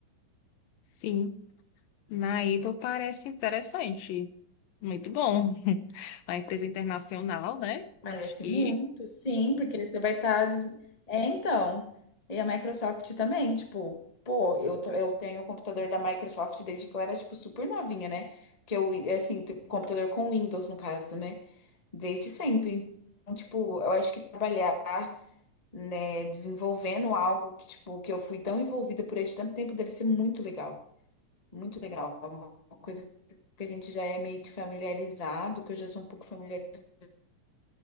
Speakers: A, on the left; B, on the left.
A: Sim, na Apple parece interessante. Muito bom. <laughs> Uma empresa internacional, né?
B: Parece
A: Acho que.
B: muito, sim, porque você vai estar. É, então. E a Microsoft também, tipo, pô, eu, tra- eu tenho o computador da Microsoft desde que eu era, tipo, super novinha, né? Que eu, é assim, tenho computador com Windows, no caso, né? Desde sempre. Então, tipo, eu acho que trabalhar, né, desenvolvendo algo que, tipo, que eu fui tão envolvida por ele de tanto tempo deve ser muito legal. Muito legal. É Uma coisa que a gente já é meio que familiarizado, que eu já sou um pouco familiarizada.